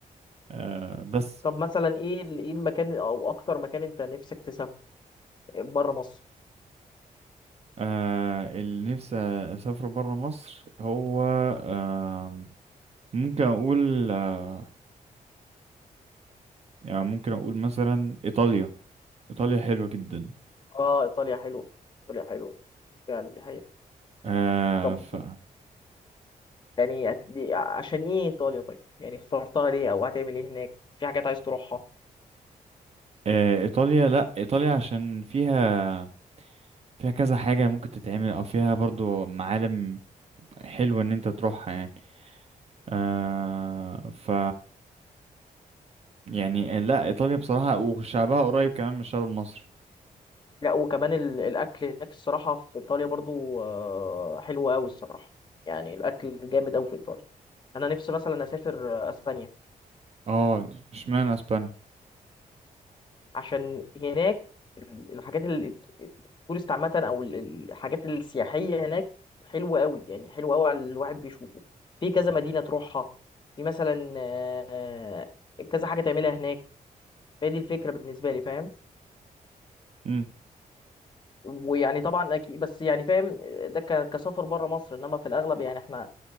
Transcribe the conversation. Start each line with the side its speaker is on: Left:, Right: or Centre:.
Right: آه بس
Left: طب مثلا إيه ال- إيه المكان أو أكتر مكان أنت نفسك تسافر بره مصر؟
Right: آه اللي نفسي أسافر برا مصر هو آه ممكن أقول آه يعني ممكن أقول مثلا إيطاليا إيطاليا حلوة جدا
Left: آه إيطاليا حلوة إيطاليا حلوة فعلا دي حقيقة
Right: آه
Left: طب
Right: ف
Left: يعني أت- دي- عشان إيه إيطاليا طيب؟ يعني اخترتها ليه أو هتعمل إيه هناك؟ في حاجات عايز تروحها؟
Right: آه إيطاليا لأ إيطاليا عشان فيها فيها كذا حاجة ممكن تتعمل أو فيها برضو معالم حلوة إن أنت تروحها يعني آه ف يعني لأ إيطاليا بصراحة وشعبها قريب كمان من الشعب المصري
Left: لا وكمان ال... الأكل هناك الصراحة في إيطاليا برضو آه، حلو أوي الصراحة يعني الأكل جامد أوي في إيطاليا أنا نفسي مثلا أسافر أسبانيا
Right: اه اشمعنى اسبانيا
Left: عشان هناك ال- الحاجات ال- التورست عامة أو ال- الحاجات السياحية هناك حلوة قوي يعني حلوة قوي على الواحد بيشوفه في كذا مدينة تروحها في مثلا آه، كذا حاجة تعملها هناك فهي دي الفكرة بالنسبة لي فاهم
Right: مم.
Left: ويعني طبعا أكيد بس يعني فاهم ده ك- كسفر بره مصر إنما في الأغلب يعني إحنا